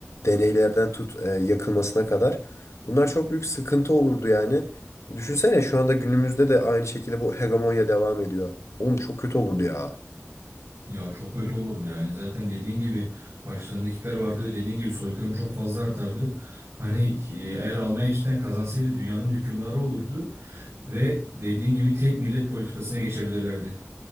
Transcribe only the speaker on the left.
Deneylerden tut e, yakılmasına kadar. Bunlar çok büyük sıkıntı olurdu yani. Düşünsene şu anda günümüzde de aynı şekilde bu hegemonya devam ediyor. Oğlum çok kötü olurdu ya.